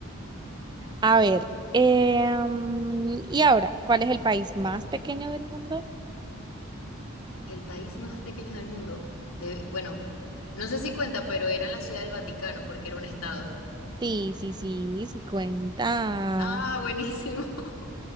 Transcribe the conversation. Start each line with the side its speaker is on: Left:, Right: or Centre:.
Right: A ver, em, y ahora, ¿cuál es el país más pequeño del mundo?
Left: <laughs> El país más pequeño del mundo. De, bueno, no sé si cuenta, pero era la Ciudad del Vaticano porque era un estado.
Right: Sí, sí, sí, sí cuenta.
Left: Ah, buenísimo. <laughs>